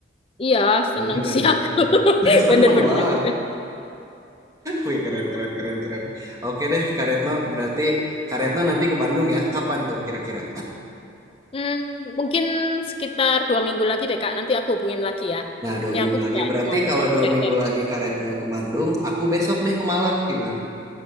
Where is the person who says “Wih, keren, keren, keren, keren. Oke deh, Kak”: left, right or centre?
Right